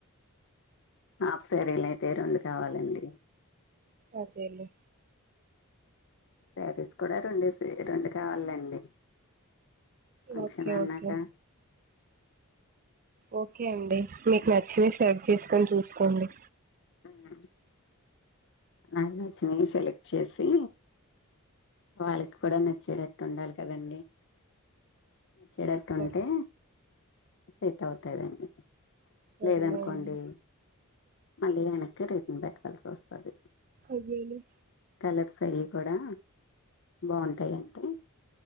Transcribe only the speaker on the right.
అదేల
ఓకే
ఓకే ఓకే అండి మీకు నచ్చినవి సర్వ్ చేసుకొని చూసుకోండి
సరే
సర్లే
అండి
అదేలే